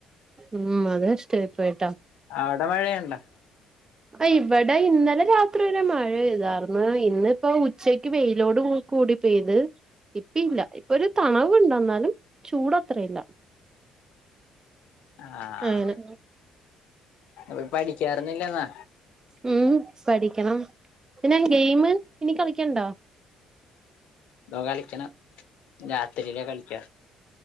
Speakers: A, on the right; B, on the left.
A: ഉം അത് കഷ്ടായിപ്പോയി
B: അവിടെ മഴയൊണ്ടാ
A: അഹ് ഇവിടെ ഇന്നലെ രാത്രി വരെ മഴ പെയ്താരുന്ന് ഇന്നിപ്പോ ഉച്ചക്ക് പെയ് ലോഡ് കൂടി പെയ്ത് ഇപ്പില്ലാ ഇപ്പൊരു തണവ് ചൂടിണ്ടെന്നാലും ചൂടത്രയില്ലാ
B: ആഹ്
A: അങ്ങനെ
B: അപ്പൊ പഠിക്കാറൊന്നില്ലെന്നാ
A: ഉം പഠിക്കണം പിന്നെ ഗെയിമ് ഇനി കളിക്കണ്ടോ?
B: ഇതോ കളിക്കണം രാത്രിയിലാ കളിക്കാ